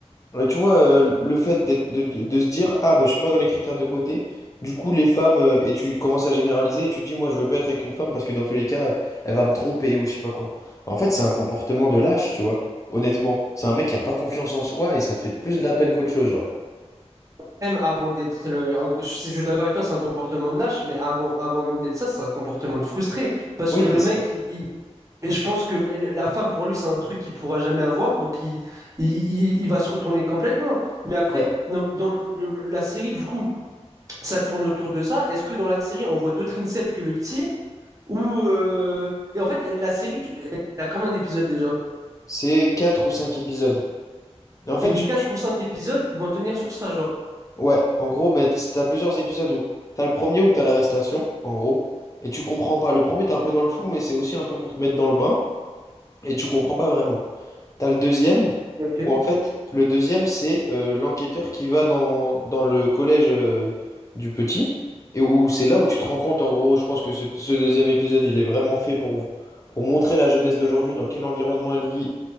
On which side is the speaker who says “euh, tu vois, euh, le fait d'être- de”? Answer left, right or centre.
Left